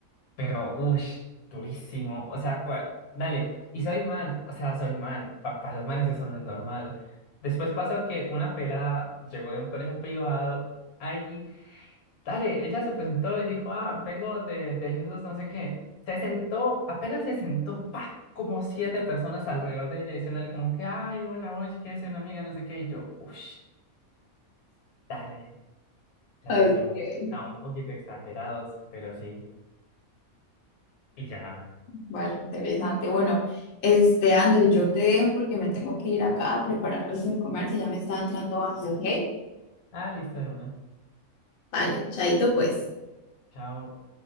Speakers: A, on the left (about 85°); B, on the left (about 60°).
A: Pero, uff, durísimo. O sea, cua- dale. Y soy man, o sea, soy man. Para los manes eso no es normal. Después pasó que una pelada llegó de un colegio privado. Ahí, dale, ella se presentó y dijo, ah, vengo de, del Jesús, no sé qué. Se sentó, apenas se sentó, pa, como siete personas alrededor de ella diciéndole como que, ay, hola, oye, ¿quieres ser una amiga? No sé qué. Y yo, uff, dale, rarísimo.
B: Ok.
A: O sea, un poquito exagerados, pero sí. Y ya.
B: Vale, interesante. Bueno, este, André, yo te dejo porque me tengo que ir acá a preparar algo de comer que ya me está entrando hambre, ¿ok?
A: Ah, listo de una.
B: Vale, chaito pues.
A: Chao.